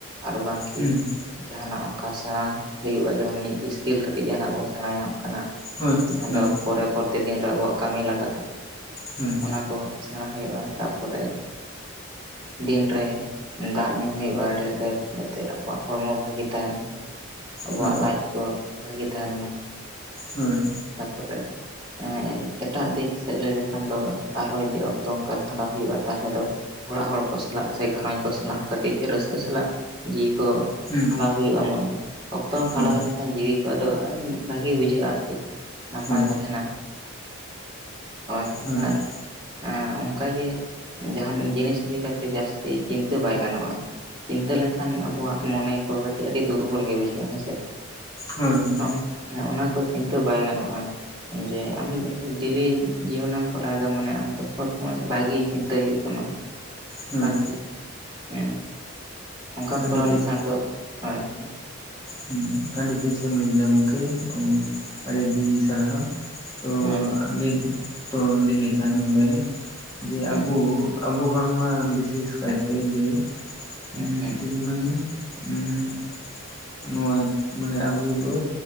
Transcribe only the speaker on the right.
ᱟᱨ ᱵᱟᱝ
ᱡᱟᱦᱟᱱᱟᱜ ᱚᱱᱠᱟ ᱥᱮᱬᱟᱸ ᱦᱩᱭᱩᱜᱼᱟ ᱡᱮᱢᱚᱱ ᱚᱱᱤ ᱤᱥᱠᱤᱞ ᱠᱟᱹᱴᱤᱡ ᱡᱟᱦᱟᱱᱟᱜ ᱵᱚ ᱥᱮᱬᱟᱭᱟ᱾ ᱠᱟᱱᱟᱜ
ᱡᱟᱦᱟᱸ
ᱫᱚ ᱯᱚᱨᱮ ᱯᱚᱨᱛᱮ ᱫᱤᱱ ᱨᱮ ᱟᱵᱚᱣᱟᱜ ᱠᱟᱢᱤ ᱞᱟᱜᱟᱜᱼᱟ᱾
ᱚᱱᱟ ᱠᱚ ᱥᱮᱬᱟᱸ ᱦᱩᱭᱩᱜᱼᱟ ᱛᱟᱯᱚᱨᱮ ᱫᱤᱱᱨᱮ ᱫᱟᱜ ᱧᱩ ᱦᱩᱭᱩᱜᱼᱟ ᱰᱷᱮᱨ ᱰᱷᱮᱨ ᱡᱟᱛᱮ ᱟᱵᱚᱣᱟᱜ ᱦᱚᱲᱢᱚ ᱵᱷᱟᱜᱤ ᱛᱟᱦᱮᱱ ᱢᱟ᱾ ᱟᱵᱚᱣᱟᱜ
ᱞᱟᱡ ᱠᱚ ᱵᱷᱟᱜᱤ ᱛᱟᱦᱮᱱ ᱢᱟ᱾
ᱛᱟᱨᱯᱚᱨᱮ ᱮᱸ ᱮᱴᱟᱜ ᱫᱤᱠ ᱥᱮᱫ ᱞᱟᱹᱭ ᱞᱮᱠᱷᱟᱱ ᱫᱚ ᱟᱨᱦᱚᱸ ᱡᱚᱫᱤ ᱚᱠᱛᱚ ᱚᱱᱠᱟ ᱠᱷᱟᱸᱰᱟᱣ ᱦᱩᱭᱩᱜᱼᱟ ᱛᱟᱦᱞᱮ ᱫᱚ ᱚᱲᱟᱜ ᱦᱚᱲ ᱠᱚ ᱥᱟᱞᱟᱜ ᱥᱮ ᱜᱷᱟᱨᱚᱸᱡᱽ ᱠᱚ ᱥᱟᱞᱟᱜ ᱦᱚᱸ ᱠᱟᱴᱤᱡ ᱨᱟᱹᱥᱠᱟᱹ ᱥᱟᱞᱟᱜ ᱡᱤᱣᱤ ᱠᱚ
ᱠᱷᱟᱸᱰᱟᱣ ᱦᱩᱭᱩᱜᱼᱟ ᱢᱟᱱᱮ ᱚᱠᱛᱚ ᱜᱟᱱ ᱠᱷᱟᱸᱰᱟᱣ
ᱦᱩᱭ ᱞᱮᱱᱠᱷᱟᱱ ᱡᱤᱣᱤ ᱠᱚ ᱟᱰᱚ ᱵᱷᱟᱜᱤ ᱵᱩᱡᱷᱟᱹᱜᱼᱟ ᱟᱨᱠᱤ᱾ ᱱᱟᱯᱟᱭ
ᱛᱟᱦᱮᱱᱟ᱾ ᱡᱳᱭ ᱦᱳᱭ
ᱟᱨ ᱟ ᱚᱱᱠᱟᱜᱮ ᱡᱟᱦᱟᱱ ᱡᱤᱱᱤᱥ ᱤᱫᱤ ᱠᱟᱛᱮᱜ ᱡᱟᱥᱛᱤ ᱪᱤᱱᱛᱟᱹ ᱵᱟᱭ ᱜᱟᱱᱚᱜᱼᱟ᱾ ᱪᱤᱱᱛᱟᱹ ᱞᱮᱱᱠᱷᱟᱱ ᱟᱵᱚᱣᱟᱜ ᱢᱚᱱᱮ ᱠᱚ ᱠᱟᱹᱴ ᱟᱰᱤ ᱫᱩᱨᱵᱚᱞ ᱜᱮ ᱵᱩᱡᱷᱟᱹᱜᱼᱟ ᱦᱮᱸᱥᱮ᱾
ᱦᱮᱸ ᱚᱱᱟ ᱠᱚ ᱪᱤᱱᱛᱟᱹ ᱵᱟᱭ ᱜᱟᱱᱚᱜᱼᱟ᱾ ᱡᱮ ᱟᱢ ᱰᱮᱞᱤ ᱡᱤᱭᱚᱱᱮᱢ ᱠᱚᱨᱟᱣᱮᱫᱟ ᱢᱟᱱᱮ ᱟᱢ ᱫᱚ ᱥᱚᱵ ᱥᱚᱢᱚᱭ ᱵᱷᱟᱜᱤ ᱪᱤᱱᱛ ᱛᱟᱹᱭ ᱦᱩᱭᱩᱜ ᱛᱟᱢᱟ
ᱟᱨᱠᱤ ᱦᱮᱸ᱾ ᱚᱱᱠᱟᱢ
ᱠᱚᱨᱟᱣ
ᱞᱮᱠᱷᱟᱱ ᱫᱚ ᱦᱳᱭ ᱦᱳᱭ᱾
ᱦᱮᱸ
ᱦᱮᱸ
ᱦᱮᱸ
ᱦᱮᱸ